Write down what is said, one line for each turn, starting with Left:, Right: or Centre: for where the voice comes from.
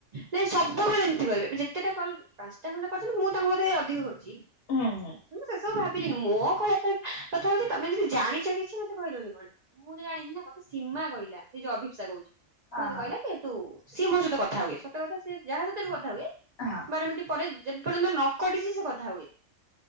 Right: ନାଇଁ, ସବୁବେଳେ ଏମିତି କହିବେ। ଯେତେଟା କଲ୍ ପାଞ୍ଚଟା ଖଣ୍ଡେ କରଛନ୍ତି, ମୁଁ ତାଙ୍କୁ ବୋଧେ ଅଧିକା କରିଚି!
Left: ହୁଁ ହୁଁ
Right: ସେ ସବୁ ଭାବିଲିନି। ମୋ କହିବା କଥା ହଉଛି, ତମେ ଯଦି ଜାଣିଛ କିଛି, ମୋତେ କହିଲନି କଣ? ମୁଁ ତ ଜାଣିନି ନା, ମତେ ସୀମା କହିଲା। ସେ ଯଉ ଅଭିିପ୍ସା କହୁଛି। ସେ
Left: ଅହ
Right: ମତେ କହିଲା କି ତୁ, ସିଏ ମୋ ସହିତ କଥା ହୁଏ। ସତ କଥା ସିଏ ଯାହା ସହିତ ବି କଥା ହୁଏ
Left: ହଁ।
Right: ମିନ୍ଟି ପରେ, ଯେ ପର୍ଯ୍ୟନ୍ତ ନ କଟିଛି ସେ କଥା ହୁଏ।